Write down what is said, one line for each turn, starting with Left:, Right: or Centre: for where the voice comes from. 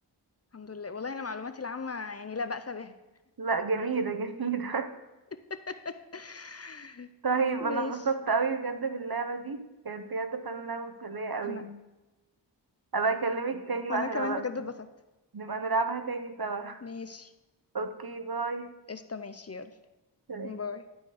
Left: الحمد لله والله انا معلوماتي العامة يعني لا بأس بها
Right: لا جميلة جميلة
Left: <laughs>
Right: <laughs> طيب
Left: ماشي
Right: انا اتبسطت اوي بجد باللعبة دي كانت بجد فعلا لعبة مسلية اوي
Left: وانا
Right: ابقى اكلمك <laughs> تاني بقى
Left: وانا
Right: نلعب-
Left: كمان بجد اتبسطت
Right: نبقى نلعبها تاني سوا
Left: ماشي
Right: <laughs> اوكي باي
Left: قشطة ماشي يلا
Right: سلام
Left: باي